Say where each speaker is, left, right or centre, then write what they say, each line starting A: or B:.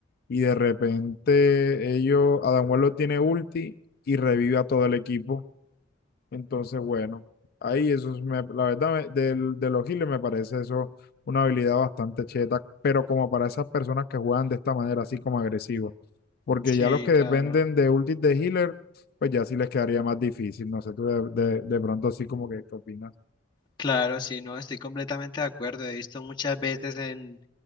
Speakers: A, on the left; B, on the left.
A: y de repente ellos, Adam Warlock tiene ulti y revive a todo el equipo. Entonces, bueno, ahí eso es, me- la verdad, me- del- de los healers me parece eso una habilidad bastante cheta, pero como para esas personas que juegan de esta manera, así como agresivo porque
B: Sí,
A: ya los que
B: claro,
A: dependen de ultis de healer, pues ya sí les quedaría más difícil. No sé, tú de, de- de pronto sí como que ¿qué opinas.
B: claro, sí, no, estoy completamente de acuerdo. He visto muchas veces en,